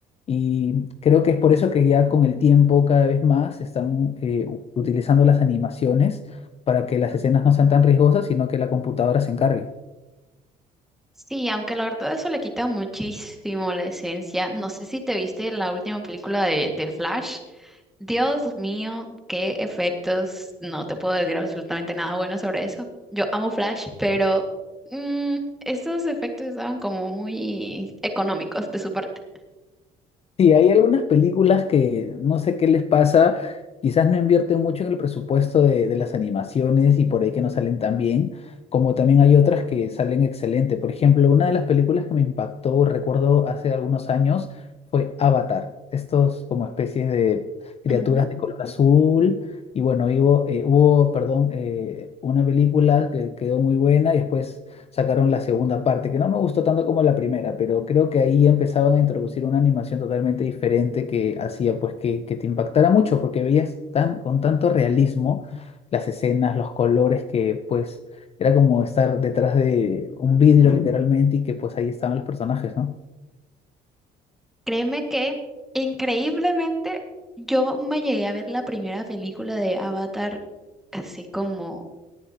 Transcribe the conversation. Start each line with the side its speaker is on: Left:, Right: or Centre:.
Left: Y creo que es por eso que ya con el tiempo cada vez más se están eh, u- utilizando las animaciones para que las escenas no sean tan riesgosas, sino que la computadora se encargue.
Centre: Sí, aunque la verdad eso le quita muchísimo la esencia. No sé si te viste la última película de, de Flash. Dios mío, qué efectos. No te puedo decir absolutamente nada bueno sobre eso. Yo amo Flash, pero mm, estos efectos estaban como muy económicos de su parte.
Left: Sí, hay algunas películas que no sé qué les pasa, quizás no invierten mucho en el presupuesto de, de las animaciones y por ahí que no salen tan bien, como también hay otras que salen excelente. Por ejemplo, una de las películas que me impactó, recuerdo hace algunos años, fue Avatar. Estos como especies de criaturas
Centre: Ujú.
Left: de color azul. Y bueno, hubo, eh, hubo, perdón, eh, una película que quedó muy buena y después sacaron la segunda parte, que no me gustó tanto como la primera, pero creo que ahí empezaban a introducir una animación totalmente diferente que hacía pues que, que te impactara mucho, porque veías tan, con tanto realismo las escenas, los colores, que pues era como estar detrás de un vidrio literalmente y que pues ahí estaban los personajes, ¿no?
Centre: Créeme que increíblemente yo me llegué a ver la primera película de Avatar así como,